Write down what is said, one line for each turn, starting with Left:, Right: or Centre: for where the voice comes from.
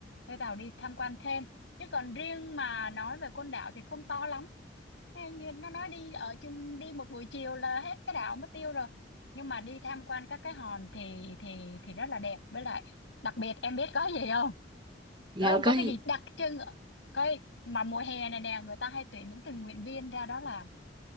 Left: thuê tàu đi tham quan thêm chứ còn riêng mà nói về Côn Đảo thì không to lắm Ê, như nó nói đi ở chung đi một buổi chiều là hết cái đảo mất tiêu rồi nhưng mà đi tham quan các cái hòn thì thì thì rất là đẹp với lại đặc biệt em biết có gì không
Right: Dạ
Left: đúng không có
Right: có
Left: cái
Right: gì?
Left: gì đặc trưng coi mà mùa hè này nè người ta hay tuyển những tình nguyện viên ra đó làm